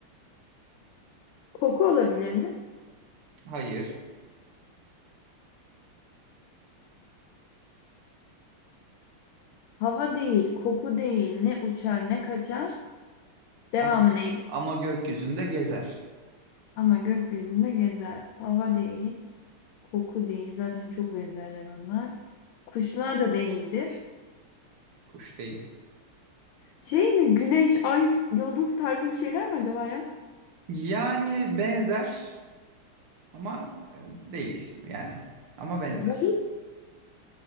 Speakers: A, on the left; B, on the right.
A: Koku olabilir mi?
B: Hayır.
A: Hava değil, koku değil. Ne uçar, ne kaçar. Devamı
B: Ama
A: neydi?
B: ama gökyüzünde gezer.
A: Ama gökyüzünde gezer. Hava değil, koku değil. Zaten çok benzerler onlar. Kuşlar da değildir.
B: Kuş değil.
A: Şey mi? Güneş, ay, yıldız tarzı bir şeyler mi acaba ya?
B: Yani benzer Ama e, değil yani. Ama benzer.
A: Bulut,